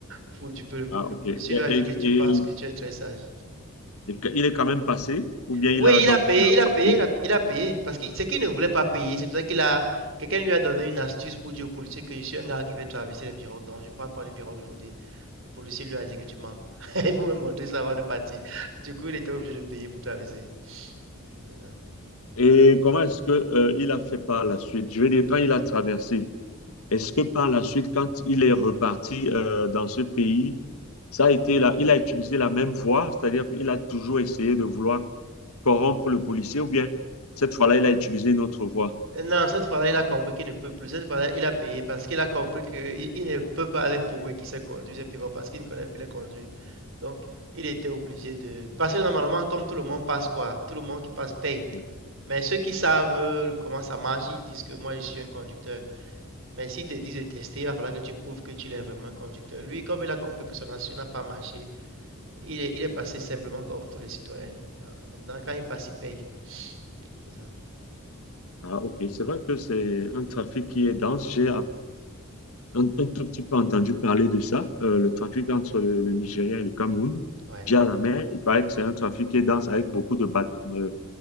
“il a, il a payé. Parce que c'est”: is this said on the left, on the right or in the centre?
Right